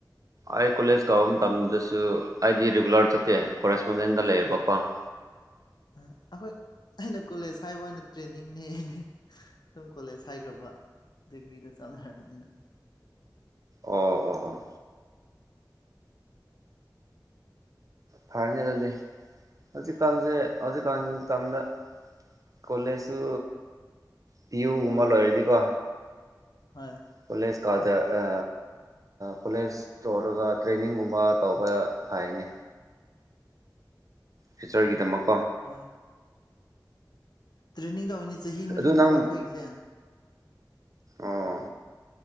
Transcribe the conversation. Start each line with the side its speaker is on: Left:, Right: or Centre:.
Right: ꯑꯩ ꯀꯣꯂꯦꯖ ꯀꯥꯕ ꯃꯇꯝꯗꯁꯨ ꯑꯩꯗꯤ ꯔꯤꯒꯨꯂꯔ ꯆꯠꯇꯦ ꯀꯣꯔꯦꯁꯄꯣꯟꯗꯦꯟꯗ ꯂꯩꯔꯕꯀꯣ <inaudible>
Left: ꯑꯩꯈꯣꯏ ꯑꯩꯅ ꯀꯣꯂꯦꯖ ꯍꯥꯏꯕꯅ ꯇ꯭ꯔꯦꯟꯅꯤꯡꯅꯦ ꯑꯗꯨꯝ ꯀꯣꯂꯦꯖ ꯍꯥꯏꯈ꯭ꯔꯕ ꯗꯕꯤꯗ ꯆꯥꯟꯅꯔꯅꯤꯅ
Right: ꯑꯣ ꯑꯣ ꯑꯣ ꯐꯔꯅꯤ ꯑꯗꯨꯗꯤ ꯍꯧꯖꯤꯛꯀꯥꯟꯁꯦ ꯍꯧꯖꯤꯛꯀꯥꯟꯒꯤ ꯃꯇꯝꯗ ꯀꯣꯂꯦꯖꯁꯨ ꯄꯤ ꯌꯨꯒꯨꯝꯕ ꯂꯣꯏꯔꯗꯤꯀꯣ
Left: ꯍ <inaudible>
Right: ꯄꯨꯂꯤꯁ ꯀꯥꯗ ꯑ ꯀꯣꯂꯦꯖ ꯇꯧꯔꯒ ꯇ꯭ꯔꯦꯅꯤꯡꯒꯨꯝꯕ ꯇꯧꯕ ꯊꯥꯏꯅꯤ ꯐ꯭ꯌꯨꯆꯔꯒꯤꯗꯃꯛ
Left: ꯍꯣꯏ ꯇ꯭ꯔꯦꯟꯅꯤꯡ ꯇꯧꯅꯦ ꯆꯍꯤ
Right: ꯑꯗꯨ
Left: ꯃꯔꯤꯅꯦꯕ
Right: ꯅꯪ
Left: ꯑꯩꯈꯣꯏꯒꯤꯁꯦ
Right: ꯑꯣ